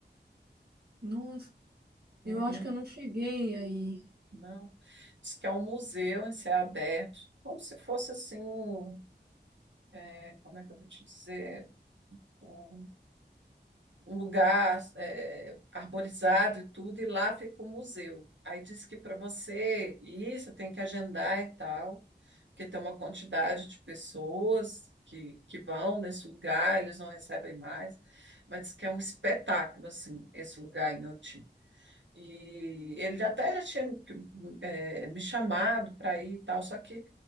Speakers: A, on the right; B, on the right.
A: Nossa, eu acho
B: Não,
A: que eu não cheguei aí.
B: Não. Diz que é um museu em céu aberto, como se fosse assim, um, é, como é que eu vou te dizer? Um, um lugar é, arborizado e tudo, e lá fica o museu. Aí diz que para você ir, você tem que agendar e tal, porque tem uma quantidade de pessoas que, que vão nesse lugar, eles não recebem mais, mas diz que é um espetáculo, assim, esse lugar em Oti. E ele até já tinha eh, me chamado para ir e tal, só que